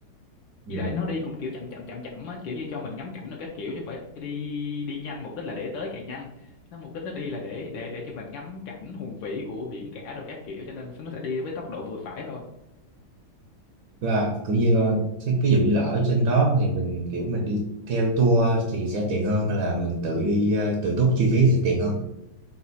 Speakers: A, on the right; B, on the left.
A: ừ.
B: với lại nó đi cũng kiểu chậm chậm chậm chậm á kiểu như cho mình ngắm cảnh rồi các kiểu chứ không phải đi đi nhanh mục đích là để tới càng nhanh nó mục đích nó đi là để để để cho mình ngắm cảnh hùng vĩ của biển cả rồi các kiểu cho nên nó sẽ đi với tốc độ vừa phải thôi
A: Và cũng như ờ, cái ví dụ như là ở trên đó thì mình kiểu mình đi theo tour thì sẽ tiện hơn hay là mình tự đi ờ, tự túc chi phí sẽ tiện hơn?